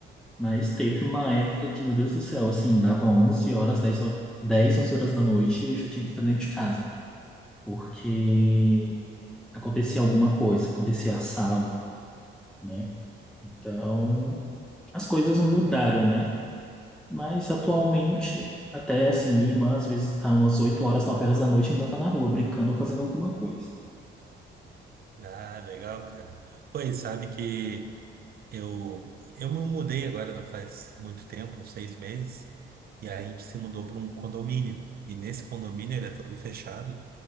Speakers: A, in the centre; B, on the right.
A: Mas teve uma época que, meu Deus do céu, assim, dava 11 horas, dez ho- 10, 11 horas da noite e eu já tinha que estar dentro de casa. Porque
B: Uhum.
A: acontecia alguma coisa, acontecia assalto, né? Então, as coisas mudaram, né? Mas atualmente, até assim, minha irmã às vezes tá umas 8 horas, 9 horas da noite e ainda tá na rua brincando ou fazendo alguma coisa.
B: Ah, legal, cara. Pois sabe que. Eu, eu me mudei agora, não faz muito tempo, uns seis meses, e aí a gente se mudou para um condomínio. E nesse condomínio ele é todo fechado,